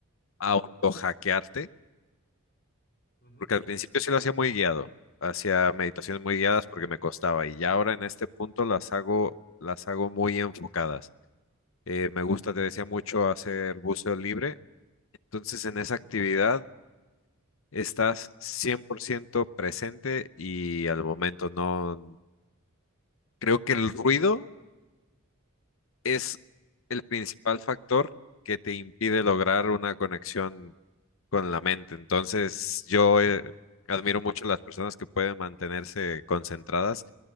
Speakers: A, on the left (about 65°); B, on the left (about 50°).
A: autohackearte,
B: Ujú,
A: porque al principio sí lo hacía muy guiado, hacía meditaciones
B: Sí.
A: muy guiadas porque me costaba y ya ahora en este punto las hago, las hago muy enfocadas. Eh, me gusta, te decía mucho, hacer buceo libre Entonces,
B: ujú,
A: en esa actividad estás 100% presente y al momento no... Creo
B: ujú.
A: que el ruido es el principal factor que te impide lograr una conexión con la mente. Entonces, yo eh, admiro mucho las personas que pueden mantenerse concentradas